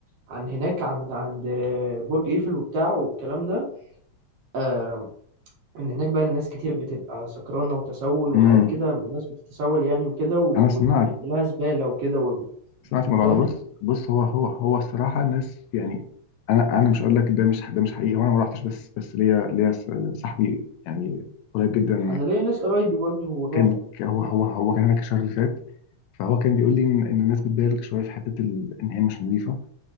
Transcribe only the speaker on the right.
عن هناك عند عند آه، برج إيفل وبتاع والكلام ده آه إن هناك بقى الناس كتير بتبقى سكرانة وتسول وحاجات
كده الناس بتتسول يعني وكده وإن
كلها زبالة وكده و-
فاهم
أنا ليا ناس قرايبي برضو راحوا